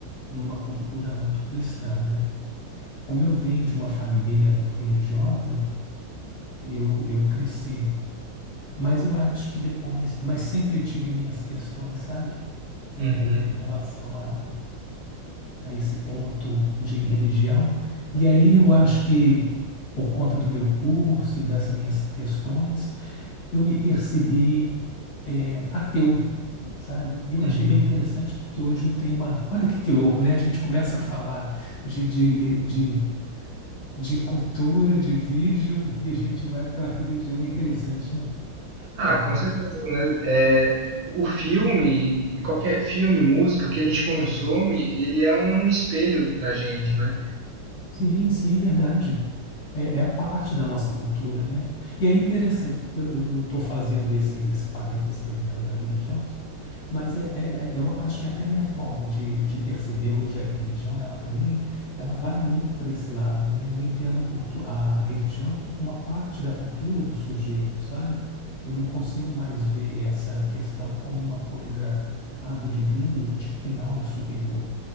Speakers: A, on the left; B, on the right.
A: numa cultura muito cristã, né? Como eu venho de uma família muito religiosa, eu, eu cresci. Mas eu acho que depois, mas sempre tive minhas questões, sabe? é,
B: Uhum,
A: em relação a, a esse ponto de religião. E aí eu acho que, por conta do meu curso e das minhas questões, eu me percebi é, ateu, sabe? E eu
B: uhum.
A: achei bem interessante, porque hoje eu tenho uma. Olha que louco, né? A gente começa a falar de, de, de, de cultura, de vídeo, e a gente vai para a religião. É interessante, né?
B: Ah, com certeza, né? É, o filme, e qualquer filme, música, o que a gente consome, ele é um espelho da gente, né?
A: Sim, sim, é verdade. É, é a parte da nossa cultura, né? E é interessante, porque eu estou fazendo esse, esse parênteses perguntando da religião, mas é, é- é- eu acho que até a minha forma de, de perceber hoje a religião, ela também, ela vai muito para esse lado, né? Eu entendo a, cultu a religião como uma parte da cultura do sujeito, sabe? Eu não consigo mais ver essa questão como uma coisa, ah, do divino, de que tem algo superior